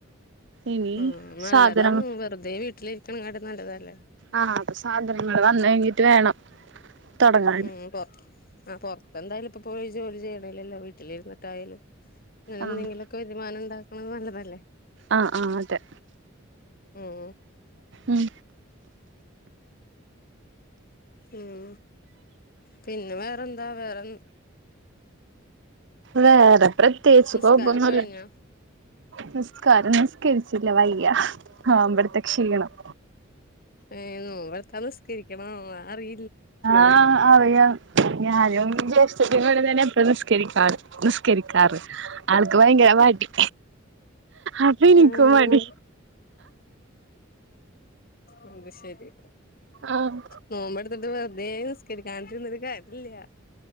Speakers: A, on the right; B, on the left.
A: ഇനി
B: ഉം നല്ലതാണ്
A: സാധനം
B: വെറ്തേ വീട്ടില് ഇരി ക്ക്ണങ്ങാട്ടി നല്ലതല്ലെ
A: ആഹ് അത് സാധനങ്ങള് വന്ന് കഴിഞ്ഞിട്ട് വേണം തൊടങ്ങാൻ
B: ഉം പൊ ആഹ് പൊറ്ത്ത് എന്തായലും ഇപ്പ പോയി ജോലി ചെയ്യ്ണ് ഇലലൊ വീട്ടില് ഇരുന്നിട്ട് ആയാലും അങ്ങനെ
A: ആഹ്
B: എന്തെങ്കിലും ക്ക് വരുമാനം ഇണ്ടാക്ക്ണ നല്ലതല്ലെ
A: ആഹ് ആഹ് അതെ
B: ഉം
A: ഉം
B: ഉം പിന്നെ വേറെന്താ വേറെ
A: വേറെ പ്രത്യേകിച്ച്
B: നിസ്കാരൊക്കെ
A: കൊഴപ്പൊന്നില്ല
B: കഴിഞ്ഞോ
A: നിസ്കാരം നിസ്കരിച്ചില്ല വയ്യ നോമ്പെട്ത്ത ക്ഷീണം
B: ഏഹ് നോമ്പെട്ത്താ നിസ്കരിക്കണൊ അറീ
A: ആഹ് അറിയാം ഞാനും ജ്യേഷ്ഠത്തിയും ഒരു നനം ഇപ്പ നിസ്കരിക്കാറ് നിസ്കരിക്കാറ് ആൾക്ക് ഭയങ്കര മടി അപ്പ ഇൻക്കും
B: ആഹ്
A: മടി
B: ഉമ്പ് ശരി
A: ആഹ്
B: നോമ്പടുത്തിട്ട് വെറുതേ നിസ്കരിക്കാണ്ട് ഇരുന്നിട്ട് കാര്യല്ലാ